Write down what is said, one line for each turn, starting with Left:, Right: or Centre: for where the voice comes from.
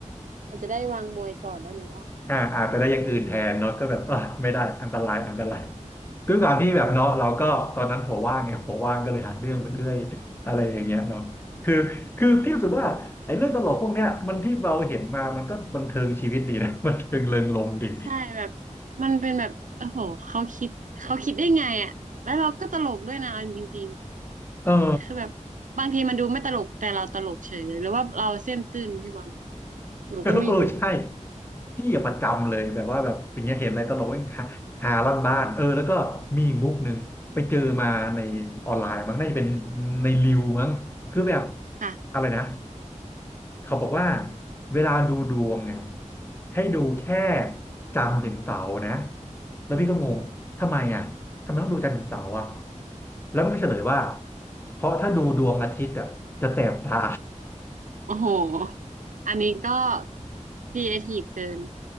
Right: อาจจะได้วางมวยก่อนแล้วหนูว่า
Left: อ่าอาจจะได้อย่างอื่นแทนเนาะก็แบบเออไม่ได้อันตรายอันตรายด้วยความที่แบบเนาะเราก็ตอนนั้นหัวว่างไงหัวว่างก็เลยหาเรื่องไปเรื่อยอะไรอย่างเงี้ยเนาะคือคือพี่รู้สึกว่าไอ้เรื่องตลกพวกเนี้ยมันที่เราเห็นมามันก็บันเทิงชีวิตดีนะ <laughs> บันเทิงเริงรมย์ดี
Right: ใช่แบบมันเป็นแบบโอ้โหเขาคิดเขาคิดได้ไงอ่ะแล้วเราก็ตลกด้วยนะเอาจริงๆคือแบบบางทีมันดูไม่ตลกแต่เราตลกเฉยเลยหรือว่าเราเส้นตื้นพี่บอล
Left: เออ
Right: หนูก็ไม่รู้
Left: เออเออใช่พี่อะประจำเลยแบบว่าแบบอย่างเงี้ยเห็นอะไรตลกเองหาหาลั่นบ้านเออแล้วก็มีอีกมุกหนึ่งไปเจอมาในออนไลน์มั้งน่าจะเป็นในรีวมั้งคือแบบ
Right: ค่ะ
Left: อะไรนะเขาบอกว่าเวลาดูดวงเนี่ยให้ดูแค่จันทร์ถึงเสาร์นะแล้วพี่ก็งงทำไมอ่ะทำไมต้องดูจันทร์ถึงเสาร์อ่ะแล้วมันก็เฉลยว่าเพราะถ้าดูดวงอาทิตย์อ่ะจะแสบตา
Right: โอ้โห อันนี้ก็ครีเอทีฟเกิน